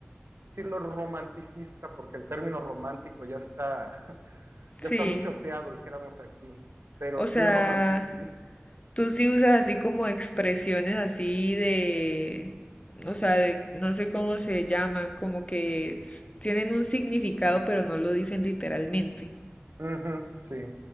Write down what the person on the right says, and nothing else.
decirlo romanticista, porque el término romántico ya está, <laughs>
ya está muy choteado, dijéramos aquí, pero
sí
romanticista.
Ujú, sí.